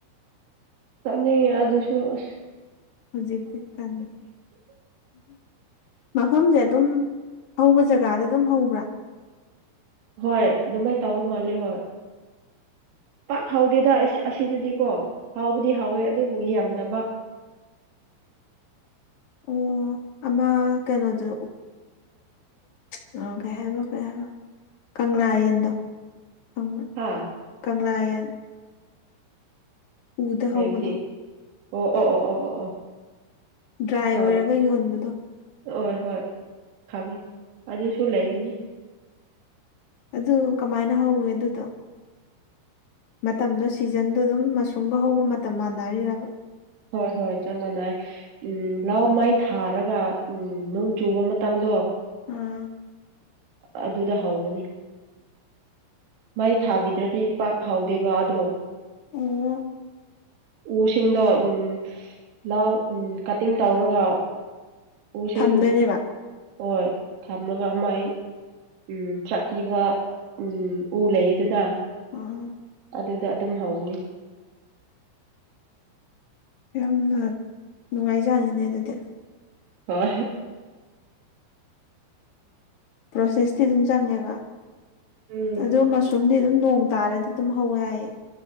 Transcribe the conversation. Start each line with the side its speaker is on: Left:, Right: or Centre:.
Right: ꯆꯅꯤ ꯌꯥ ꯑꯗꯨꯁꯨꯣ
Left: ꯍꯧꯖꯤꯛꯇꯛꯇꯤ ꯇꯦ ꯃꯐꯝꯁꯦ ꯑꯗꯨꯝ ꯍꯧꯕ ꯖꯒꯥꯗ ꯑꯗꯨꯝ ꯍꯧꯕ꯭ꯔꯥ
Right: ꯍꯣꯏ ꯑꯗꯨꯃꯥꯏꯅ ꯇꯧꯕ ꯃꯥꯜꯂꯦ ꯍꯣꯏ ꯄꯥꯛ ꯍꯥꯎꯗꯦꯗ ꯑꯁꯤꯗꯗꯤꯀꯣ ꯍꯥꯎꯕꯗꯤ ꯍꯥꯎꯋꯦ ꯑꯗꯨꯕꯨ ꯌꯥꯝꯗꯕ
Left: <inaudible> ꯑꯣ ꯑꯃ ꯀꯩꯅꯣꯗ ꯀ ꯀꯩ ꯍꯥꯏꯕ ꯀꯩ ꯍꯥꯏꯕ ꯀꯪꯂꯥ ꯌꯦꯌꯦꯟꯗꯣ ꯀꯪꯂꯥ
Right: ꯍꯥ
Left: ꯀꯪꯂꯥꯌꯦꯟ ꯎꯗ ꯍꯒꯗꯣ
Right: ꯍꯥꯏꯕꯗꯤ ꯑꯣ ꯑꯣ ꯑꯣ ꯑꯣ ꯑꯣ ꯑꯣ
Left: ꯗ꯭ꯔꯥꯏ
Right: ꯍꯣꯏ
Left: ꯑꯣꯏꯔꯒ ꯌꯣꯟꯕꯗꯣ
Right: ꯍꯣꯏ ꯍꯣꯏ ꯈꯪꯉꯦ ꯑꯗꯨꯁꯨ ꯂꯩꯒꯅꯤ
Left: ꯑꯗꯨ ꯀꯃꯥꯏꯅ ꯍꯧꯋꯦ ꯑꯗꯨꯗꯣ ꯃꯇꯝꯗꯣ ꯁꯤꯖꯟꯗꯣ ꯑꯗꯨꯝ ꯃꯁꯔꯨꯝꯒ ꯍꯧꯕ ꯃꯇꯝ ꯃꯥꯟꯅꯔꯤꯔꯕ
Right: ꯍꯣꯏ ꯍꯣꯏ ꯆꯞ ꯃꯥꯟꯅꯩ ꯎꯝ ꯂꯥꯎ ꯃꯥꯏ ꯊꯥꯔꯒ ꯎꯝ ꯅꯣꯡ ꯆꯨꯕ ꯃꯇꯝꯗꯣ
Left: ꯑꯥ
Right: ꯑꯗꯨꯗ ꯍꯧꯒꯅꯤ ꯃꯩ ꯊꯥꯕꯤꯗ꯭ꯔꯗꯤ ꯄꯥꯛ ꯍꯥꯎꯗꯦꯕ ꯑꯗꯣ
Left: ꯑꯣ
Right: ꯎꯁꯤꯡꯗꯣ ꯎ ꯂꯥꯎ ꯎ ꯀꯠꯇꯤꯡ ꯇꯧꯔꯒ ꯎꯁꯤꯡ
Left: ꯊꯝꯗꯣꯏꯅꯦꯕ
Right: ꯍꯣꯏ ꯊꯝꯃꯒ ꯑꯃꯥꯏ ꯎꯝ ꯊꯥꯛꯄꯤꯕ ꯎ ꯎ ꯂꯩ ꯑꯗꯨꯅ
Left: ꯑꯥ
Right: ꯑꯗꯨꯗ ꯑꯗꯨꯝ ꯍꯧꯕꯅꯤ
Left: ꯌꯥꯝꯅ ꯅꯨꯡꯉꯥꯏꯖꯅꯤꯅꯦ ꯑꯗꯨꯗꯤ
Right: ꯑ
Left: ꯄ꯭ꯔꯣꯁꯦꯁꯇꯤ ꯑꯗꯨꯝ ꯆꯪꯉꯦꯕ
Right: ꯎꯝ
Left: ꯑꯗꯨ ꯃꯁꯔꯨꯝꯗꯤ ꯑꯗꯨꯝ ꯅꯣꯡ ꯇꯥꯔꯗꯤ ꯑꯗꯨꯝ ꯍꯧꯋꯦ ꯌꯥꯏꯌꯦ